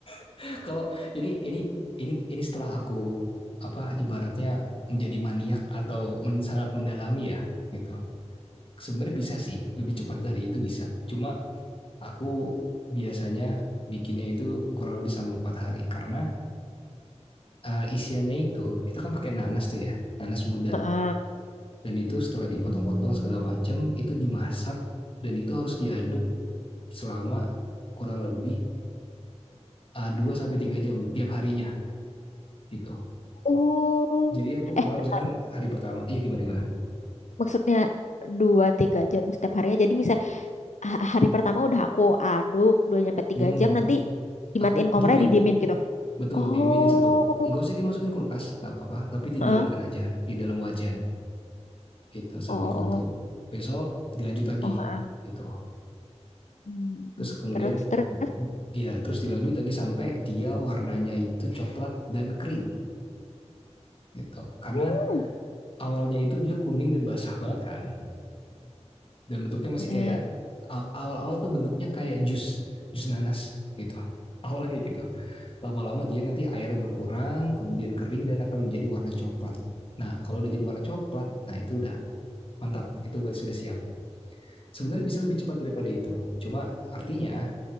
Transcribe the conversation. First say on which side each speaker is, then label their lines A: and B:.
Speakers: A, on the left; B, on the left.
A: <laughs> kalau ini ini ini ini setelah aku apa ibaratnya menjadi maniak atau men- sangat mendalami ya gitu. Sebenarnya bisa sih, lebih cepat dari itu bisa. Cuma Aku biasanya bikinnya itu kurang lebih sama empat hari karena uh, isiannya itu kita kan pakai nanas tuh ya nanas muda
B: Heeh.
A: dan itu setelah dipotong-potong segala macam itu dimasak dan itu harus diaduk selama kurang lebih uh, 2 sampai tiga jam tiap harinya gitu
B: Oh,
A: jadi aku pertama
B: eh bentar.
A: misalkan hari pertama iya gimana gimana
B: Maksudnya dua tiga jam setiap harinya. Jadi misalnya ha- hari pertama udah aku aduk dua nyampe tiga
A: hmm
B: jam nanti dimatiin
A: aku
B: kompornya
A: diemin
B: didiemin gitu.
A: betul
B: Oh,
A: diemin ditutup nggak usah dimasukin kulkas nggak apa-apa tapi didiamkan
B: Heeh.
A: aja di dalam wajan gitu sampai
B: oh, oh,
A: ditutup. Besok dilanjut lagi
B: oh. Heeh.
A: gitu.
B: Hmm,
A: Terus
B: hmm.
A: kemudian
B: Terus terus.
A: ya terus dilanjut lagi sampai dia warnanya itu coklat dan kering gitu. Karena
B: Hmm.
A: awalnya itu dia kuning dan basah banget kan. Dan bentuknya masih
B: Mm-mm.
A: kayak awal-awal tuh bentuknya kayak jus, jus nanas gitu. Awalnya kayak gitu. Lama-lama dia nanti airnya berkurang, kemudian kering dan akan menjadi warna coklat. Nah, kalau udah jadi warna coklat, nah itu udah mantap. Itu berarti sudah siap. Sebenarnya bisa lebih cepat daripada itu. Cuma artinya